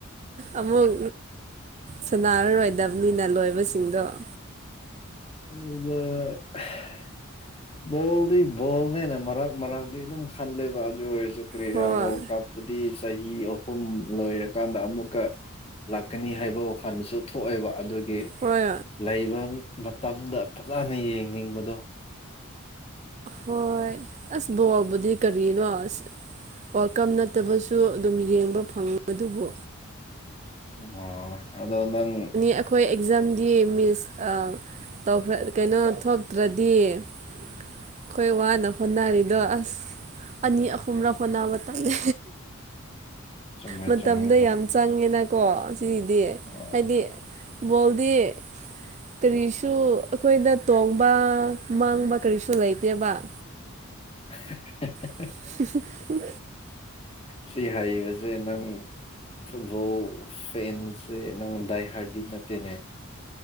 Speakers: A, on the right; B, on the left.
A: ꯑꯃꯨꯛ ꯁꯅꯥꯔꯔꯣꯏꯗꯕꯅꯤꯅ ꯂꯣꯏꯕꯁ ꯁꯤꯡꯗꫭ
B: ꯑ <unintelligible> ꯕꯣꯜꯗꯤ ꯕꯣꯜꯅꯦꯅ ꯃꯔꯛ ꯃꯔꯛꯇꯤ ꯑꯗꯨꯝ ꯈꯜꯂꯦꯕ ꯑꯗꯨ ꯑꯣꯏꯔꯁ ꯀ꯭ꯔꯦꯔ
A: ꯍꯣꯏ
B: ꯋꯥꯔꯜ ꯀꯞꯇꯨꯗꯤ ꯆꯍꯤ ꯑꯍꯨꯝ ꯂꯣꯏꯔꯀꯥꯟꯗ ꯑꯃꯨꯛꯀ ꯂꯥꯛꯀꯅꯤ ꯍꯥꯏꯕ ꯋꯥꯈꯜꯗꯁꯨ ꯊꯣꯛꯑꯦꯕ ꯑꯗꯨ
A: ꯍꯣꯏ
B: ꯂꯩꯕ ꯃꯇꯝꯗ ꯐꯖꯅ ꯌꯦꯡꯅꯤꯡꯕꯗꯣ
A: ꯍꯣꯏ ꯑꯁ ꯕꫭꯕꯨꯗꯤ ꯀꯔꯤ ꯅꫭ ꯑꯁ ꯋꯥꯦꯜꯀꯝ ꯅꯠꯇꯕꯁꯨ ꯑꯗꯨꯝ ꯌꯦꯡꯕ ꯐꯪꯉ ꯗꯨꯕꯨ
B: ꯑꯣ ꯑꯗꯣ ꯅꯪ
A: ꯑꯩꯈꯣꯏ ꯑꯦꯛꯖꯥꯝꯗꯤ ꯃꯤꯁ ꯇꯧꯈ꯭ꯔ ꯀꯩꯅꯣ ꯊꯣꯛꯇ꯭ꯔꯗꯤ ꯑꯩꯈꯣꯏ ꯋꯥꯅ ꯍꯣꯠꯅꯔꯤꯗꯣ ꯑꯁ ꯑꯅꯤ ꯑꯍꯨꯝꯔ ꯍꯣꯠꯅꯕ ꯇꯟꯂꯦ
B: ꯆꯨꯝꯃꯦ
A: ꯃꯇꯝꯗꯣ
B: ꯆꯨꯝꯃꯦ ꯍꯣꯏ
A: ꯌꯥꯝ ꯆꯪꯉꯦꯅꯀꯣ ꯁꯤꯒꯤꯗꯤ
B: ꯍꯣꯏ
A: ꯍꯥꯏꯗꯤ ꯕꯣꯜꯗꯤ ꯀꯔꯤꯁꯨ ꯑꯩꯈꯣꯏꯗ ꯇꯣꯡꯕ ꯃꯥꯡꯕ ꯀꯔꯤꯁꯨ ꯂꯩꯇꯦꯕ ꯍ
B: <unintelligible>
A: <unintelligible>
B: ꯁꯤ ꯍꯥꯏꯔꯤꯕꯁꯦ ꯅꯪ ꯐꯨꯠꯕꯣꯜ ꯐꯦꯟꯁꯦ ꯅꯪ ꯗꯥꯏ ꯍꯥꯏꯔꯗꯤ ꯅꯠꯇꯦꯅꯦ